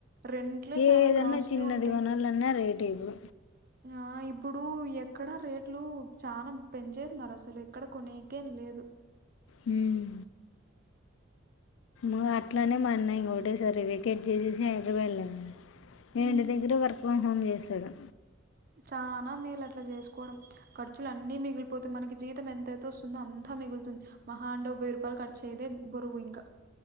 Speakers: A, on the right; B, on the left.
A: రెంట్లే
B: ఏదన్నా
A: చానా కాస్ట్లీవి
B: చిన్నది
A: ఉంటాయి
B: కొనాలన్నా రేటే ఇప్పుడు
A: ఆ ఇప్పుడు ఎక్కడా రేట్లు చాలనా పెంచేస్తున్నారు అసలు ఎక్కడ కొనేకేం లేదు డు
B: ఉమ్ ఊ అట్లానే మా అన్న ఇంకోకటేసారి వెేకేట్ చేసేసి హైదరాబాడ్ లేదంటే
A: ఉమ్
B: ఇంటి దగ్గరే వర్క్ ఫ్రమ్ హోమ్ చేశాడు
A: చానా మేలు అట్లా చేసుకోవడం ఖర్చులు అన్ని మిగిలిపోథె మనకి జీతం ఎంతయితే వస్తుందో అంతా మిగులుతుంది మహా అంటే ఒక వెయ్యి రూపాయలు ఖర్చు అయ్యేదే బరువు ఇంకా